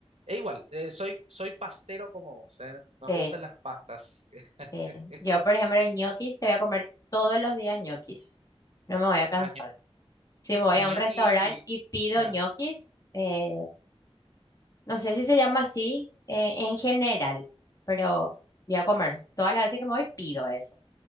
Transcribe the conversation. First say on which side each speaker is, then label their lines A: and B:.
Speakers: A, on the right; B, on the left.
A: e igual, eh, soy, soy pastero como vos, eh, nos
B: Sí,
A: gustan las pastas. <laughs>
B: sí. Yo, por ejemplo, el ñoquis, te voy a comer todos los días ñoquis. No me voy a cansar.
A: Ah,
B: Si me voy
A: Y
B: a
A: gnocchi.
B: un restaurante y pido
A: ah,
B: ñoquis, eh, No sé si se llama así eh, en general, pero voy a comer. Todas las veces que me voy pido eso.